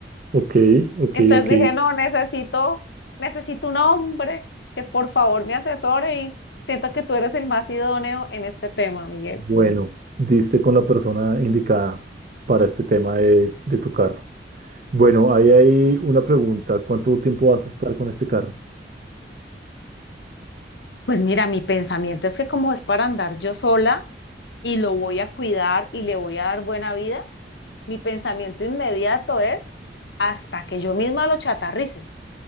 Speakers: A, on the right; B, on the left.
A: Ok, ok,
B: Entonces
A: ok.
B: dije, no, necesito, necesito un hombre que por favor me asesore y siento que tú eres el más idóneo en este tema, Miguel.
A: Bueno, diste con la persona indicada para este tema de, de tu carro. Bueno, ahí hay una pregunta. ¿Cuánto tiempo vas a estar con este carro?
B: Pues mira, mi pensamiento es que como es para andar yo sola y lo voy a cuidar y le voy a dar buena vida, mi pensamiento inmediato es hasta que yo misma lo chatarrice.